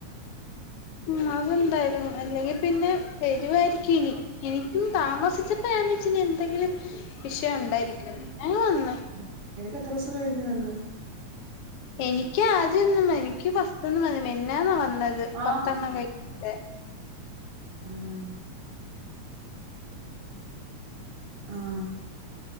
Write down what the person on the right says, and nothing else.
നിന നിനക്ക് എത്ര ദിവസം കഴിഞ്ഞ് വന്നു
ആഹ്
ആഹ് ആഹ്